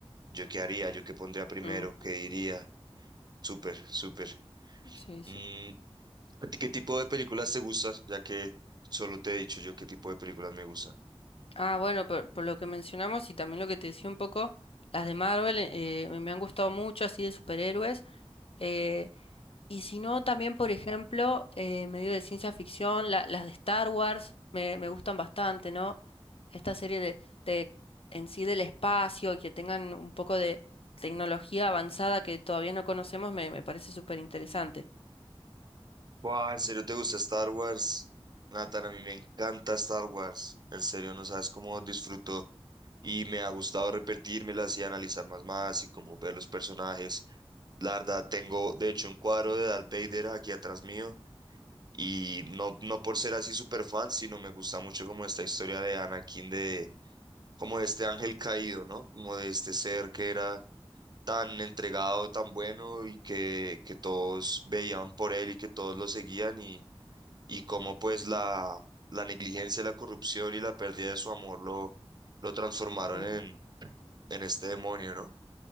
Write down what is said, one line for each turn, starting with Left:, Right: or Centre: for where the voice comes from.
Right: ¿yo qué haría? ¿Yo qué pondría primero?
Left: Ujú,
Right: ¿Qué diría? Súper, súper.
Left: Sí, sí.
Right: Mm, ¿a ti qué tipo de películas te gustan? Ya que solo te he dicho yo qué tipo de películas me gustan.
Left: Ah, bueno, por, por lo que mencionamos y también lo que te decía un poco, las de Marvel eh, me han gustado mucho, así de superhéroes. eh, y si no, también, por ejemplo, eh, medio de ciencia ficción, la- las de Star Wars me, me gustan bastante, ¿no? Esta serie de, de en sí del espacio, y que tengan un poco de tecnología avanzada que todavía no conocemos, me, me parece súper interesante.
Right: Buah, ¿en serio te gusta Star Wars? Nathan, a mí me encanta Star Wars. En serio, no sabes cómo disfruto y me ha gustado repetírmelas y analizar más más y como ver los personajes. La verdad, tengo de hecho un cuadro de Darth Vader aquí atrás mío y no, no por ser así súper fan, sino me gusta mucho como esta historia de Anakin, de como de este ángel caído, ¿no? Como de este ser que era tan entregado, tan bueno y que, que todos veían por él y que todos lo seguían y, y cómo pues la, la negligencia, la corrupción y la pérdida de su amor lo, lo transformaron
Left: Sí.
Right: en, en este demonio, ¿no?